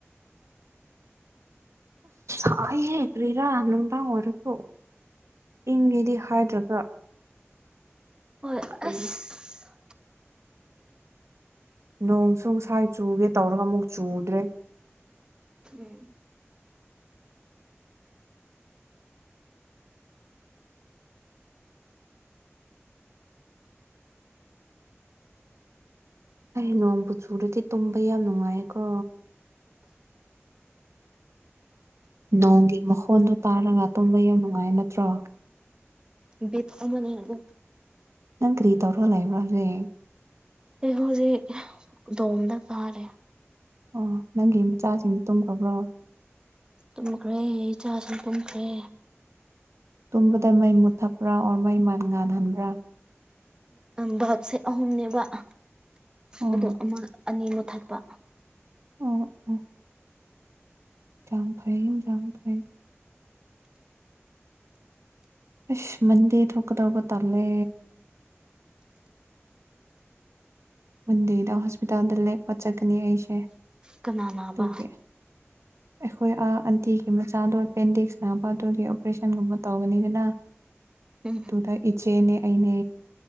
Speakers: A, on the right; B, on the right.
A: ꯑꯣꯥꯏꯦ ꯀ꯭ꯔꯥ ꯑꯅꯝꯗꯥ ꯑꯣꯏꯔ ꯄꯣ ꯏꯪꯉꯦꯗꯤ ꯍꯥꯏꯗ꯭ꯔꯒ
B: ꯍꯣꯏ
A: ꯀꯔꯤꯅꯣ
B: ꯑꯁ
A: ꯅꯣꯡꯁꯨ ꯁꯥꯏ ꯆꯨꯒꯦ ꯇꯧꯔꯒ ꯑꯃꯨꯛ ꯆꯨꯗ꯭ꯔꯦ
B: ꯎꯝ
A: ꯑꯩ ꯅꯣꯡꯕꯨ ꯆꯨꯔꯗꯤ ꯇꯨꯝꯕ ꯌꯥꯝ ꯅꯨꯡꯉꯥꯏꯀꯣ ꯅꯣꯡꯒꯤ ꯃꯈꯣꯟꯗꯨ ꯇꯥꯔꯒ ꯇꯨꯝꯕ ꯌꯥꯝ ꯅꯨꯡꯉꯥꯏ ꯅꯠꯇ꯭ꯔꯣ
B: ꯕꯦꯠꯇ ꯑꯃꯅꯤ ꯑꯗꯣ
A: ꯅꯪ ꯀ꯭ꯔꯤꯗꯧꯔꯜ ꯂꯩꯕ꯭ꯔꯣꯁꯦ
B: ꯑꯦꯍꯣꯖꯤꯦ ꯗꯣꯝꯗ ꯀꯥꯔꯦ
A: ꯑꯣ ꯅꯪꯒꯤ ꯃꯆꯥꯁꯤꯡꯅ ꯇꯨꯝꯈꯕ꯭ꯔꯣ
B: ꯇꯨꯝꯈ꯭ꯔꯦ ꯏꯆꯥꯁꯨ ꯇꯨꯝꯈ꯭ꯔꯦ
A: ꯇꯨꯝꯕꯗ ꯃꯩ ꯃꯨꯠꯊꯄ꯭ꯔꯥ ꯑꯣꯔ ꯃꯩ ꯃꯥꯟ ꯉꯜꯍꯟꯕ꯭ꯔꯥ
B: ꯚꯥꯞꯁꯦ ꯑꯍꯨꯝꯅꯦꯕ
A: ꯑꯣ
B: ꯑꯗꯣ ꯑꯃ ꯑꯅꯤ ꯃꯨ ꯊꯛꯄ
A: ꯎ ꯎꯥ ꯌꯥꯝꯝ ꯐꯩ ꯔꯝ ꯐꯩ ꯑ ꯃꯟꯗꯤ ꯊꯣꯛꯀꯗꯧꯕ ꯇꯂꯦ ꯃꯟꯗꯤꯔꯗ ꯍꯣꯁꯄꯤꯇꯥꯜꯗ ꯂꯦꯛꯄ ꯆꯠꯀꯅꯤ ꯑꯩꯁꯦ
B: ꯀꯅꯥꯃꯕ
A: ꯑꯗꯨꯒꯤ ꯑꯩꯈꯣꯏ ꯑꯥ ꯑꯟꯇꯤꯒꯤ ꯃꯆꯥꯗꯣ ꯑꯦꯄꯦꯟꯗꯤꯛꯁ ꯅꯥꯕ ꯑꯗꯨꯒꯤ ꯑꯣꯄꯔꯦꯁꯟꯒꯨꯝꯕ ꯇꯧꯒꯅꯤꯗꯅ
B: ꯎꯝ
A: ꯑꯗꯨꯗ ꯏꯆꯦꯅꯦ ꯑꯩꯅꯦ